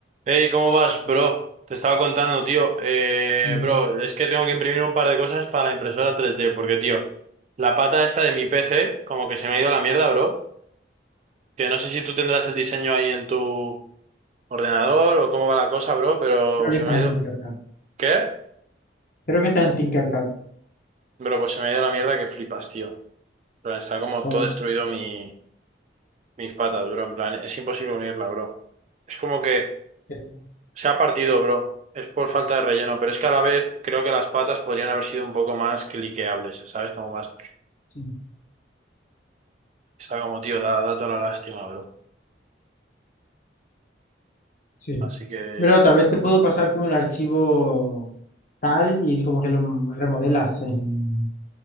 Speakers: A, on the right; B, on the left.
A: Hey, ¿cómo vas, bro? Te estaba contando, tío. Eh,
B: Bien.
A: bro, es que tengo que imprimir un par de cosas para la impresora 3D, porque, tío, la pata esta de mi PC, como que se me ha ido a la mierda, bro. Que no sé si tú tendrás el diseño ahí en tu ordenador o cómo va la cosa, bro, pero
B: Creo que
A: se
B: está
A: me ha
B: en
A: ido.
B: Tinkercad.
A: ¿Qué?
B: Creo que está en Tinkercad.
A: Bro, pues se me ha ido a la mierda que flipas, tío. Pero está como
B: Joder.
A: todo destruido mi, mis patas, bro. En plan, es imposible unirla, bro. Es como que
B: Pero,
A: Se ha partido, bro. Es por falta de relleno, pero es que a la vez creo que las patas podrían haber sido un poco más cliqueables, ¿sabes? Como más...
B: Sí.
A: Está como, tío, da, da toda la lástima, bro.
B: Sí.
A: Así que...
B: Pero tal vez te puedo pasar como el archivo tal y como que lo remodelas en,